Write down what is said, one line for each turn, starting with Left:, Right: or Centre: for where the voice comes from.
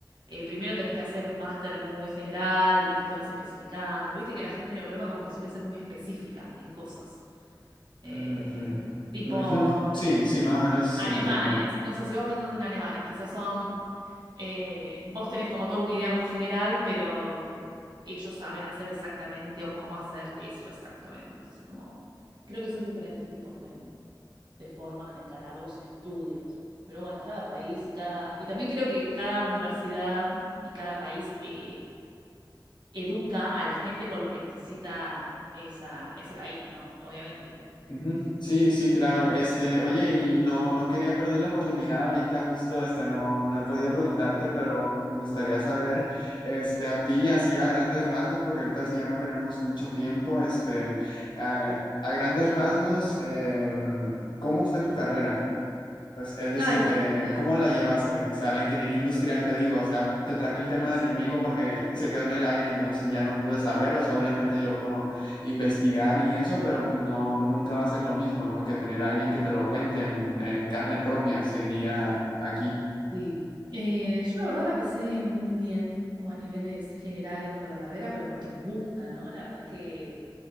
Right: eh, primero tenés que hacer un máster muy general y después te vas especificando, viste que la gente en Europa como que suele ser muy específica en cosas, eh,
Left: ujú,
Right: tipo
Left: ujú, Sí, sí, más o menos
Right: alemanes,
Left: entiendo.
Right: no sé si vos pensás en alemanes, quizás son eh, vos tenés como toda una idea muy general, pero ellos saben hacer exactamente o cómo hacer eso exactamente. Entonces, como creo que son diferentes tipos de, de formas de encarar los estudios. Pero bueno, cada país y cada. Y también creo que cada universidad y cada país eh, educa a la gente con lo que necesita esa, ese país, ¿no? Obviamente.
Left: Ujú.
Right: Em,
Left: Sí, sí, claro. Este, oye, y no, no quería perder la oportunidad ahorita, justo, este, no, no he podido preguntarte, pero me gustaría saber, este, a ti, así a grandes rasgos, porque ahorita sí ya no tenemos mucho tiempo, este, a, a grandes rasgos, em, ¿cómo fue tu carrera? Pues, es decir,
Right: Ay, f-
Left: eh,
Right: me-
Left: ¿cómo la llevaste? O sea, la ingeniería industrial, te digo, o sea, te traje el tema
Right: sí.
Left: de mi amigo porque se quedó en el aire, entonces ya no pude saber, o sea, obviamente yo puedo investigar y eso, pero pues no, nunca va a ser lo mismo, ¿no? Que tener a alguien que te lo cuente en, en carne propia, se diría aquí.
Right: Sí. Eh, yo la verdad la pesé muy bien, como a niveles generales con la carrera, pero porque me gusta, ¿no? La verdad es que,